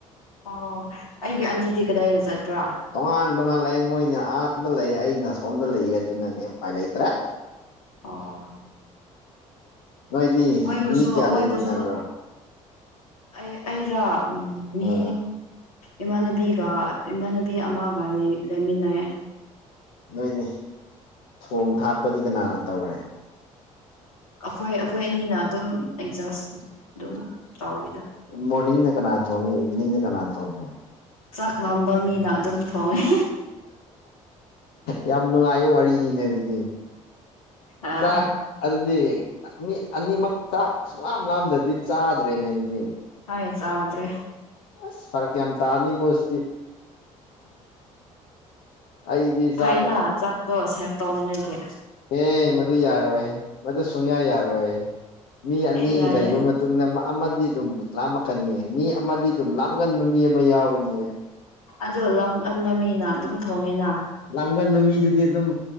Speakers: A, on the left (about 80°); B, on the left (about 65°).
A: ꯑꯣ ꯑꯩꯒꯤ ꯑꯟꯇꯤꯗꯤ ꯀꯗꯥꯏꯗ ꯆꯠꯄ꯭ꯔꯥ
B: ꯇꯣꯉꯥꯟ ꯇꯣꯉꯥꯟ ꯂꯩ ꯃꯣꯏꯅ ꯑꯥꯗ ꯂꯩ ꯑꯩꯅ ꯑꯁꯣꯝꯗ ꯂꯩꯌꯦ ꯑꯗꯨꯅꯅꯦ ꯎꯄꯥꯏ ꯂꯩꯇ꯭ꯔꯦ
A: ꯑꯣ
B: ꯅꯣꯏꯗꯤ
A: ꯃꯣꯏꯕꯨꯁꯨ
B: ꯃꯤ ꯀꯌꯥ
A: ꯃꯣꯏꯕꯨꯁꯨ
B: ꯂꯩꯃꯤꯟꯅꯕ꯭ꯔꯥ
A: ꯑꯩ ꯑꯩꯔ ꯃꯤ
B: ꯑꯥ
A: ꯏꯃꯥꯟꯅꯕꯤꯒ ꯏꯃꯥꯟꯅꯕꯤ ꯑꯃꯒ ꯂꯩꯃꯤꯟꯅꯦꯌꯦ
B: ꯅꯣꯏꯅꯤ ꯊꯣꯡ ꯊꯥꯛꯄꯗꯤ ꯀꯅꯥꯅ ꯇꯧꯔꯦ
A: ꯑꯩꯈꯣꯏ ꯑꯩꯈꯣꯏ ꯑꯅꯤꯅ ꯑꯗꯨꯝ ꯑꯦꯠꯖꯁ ꯑꯗꯨꯝ ꯇꯧꯋꯤꯗ
B: ꯃꯣꯔꯅꯤꯡꯗ ꯀꯅꯥ ꯊꯣꯡꯉꯦ ꯏꯚꯤꯅꯤꯡꯗ ꯀꯅꯥ ꯊꯣꯡꯉꯦ
A: ꯆꯥꯛ ꯂꯥꯝꯕ ꯃꯤꯅ ꯑꯗꯨꯝ ꯐꯣꯡꯉꯦ
B: ꯌꯥꯝ ꯅꯨꯡꯉꯥꯏꯕ ꯋꯥꯔꯤꯅꯤꯅꯦ ꯑꯗꯨꯗꯤ
A: ꯑꯥ
B: ꯆꯥꯛ ꯑꯗꯨꯗꯤ ꯃꯤ ꯑꯅꯤꯃꯛ ꯆꯥꯛ ꯁꯨꯡꯂꯥꯝ ꯂꯥꯝꯗ꯭ꯔꯗꯤ ꯆꯥꯗ꯭ꯔꯦꯅꯦ ꯑꯗꯨꯗꯤ
A: ꯍꯥꯏ ꯆꯥꯗ꯭ꯔꯦ
B: ꯑꯁ ꯐꯥꯔꯛ ꯌꯥꯝ ꯇꯥꯔꯅꯤꯕꯣ ꯁꯇꯤ ꯑꯩꯗꯤ ꯆꯥꯛ
A: ꯐꯩꯅ ꯆꯥꯛꯄꯣ ꯁꯦꯞ ꯇꯧꯅꯤꯡꯉꯥꯏꯒꯤ
B: ꯑꯦ ꯃꯗꯨ ꯌꯥꯔꯣꯏ ꯃꯗꯨ ꯁꯨꯡꯌꯥ ꯌꯥꯔꯣꯏ ꯃꯤ ꯑꯅꯤ
A: ꯑꯦ ꯌꯥꯏꯌꯦ
B: ꯂꯩꯕ ꯇꯨꯡꯗ ꯑꯃꯗꯤ ꯑꯗꯨꯝ ꯂꯥꯝꯃꯛꯀꯅꯤꯌꯦ ꯃꯤ ꯑꯃꯗꯤ ꯑꯗꯨꯝ ꯂꯥꯝꯒꯟꯕ ꯃꯤ ꯑꯃ ꯌꯥꯎꯒꯅꯤꯌꯦ
A: ꯑꯗꯣ ꯂꯝꯒꯟꯕ ꯃꯤꯅ ꯑꯗꯨꯝ ꯊꯣꯡꯉꯦꯅ
B: ꯂꯥꯝꯒꯟꯕ ꯃꯤꯗꯨꯗꯤ ꯑꯗꯨꯝ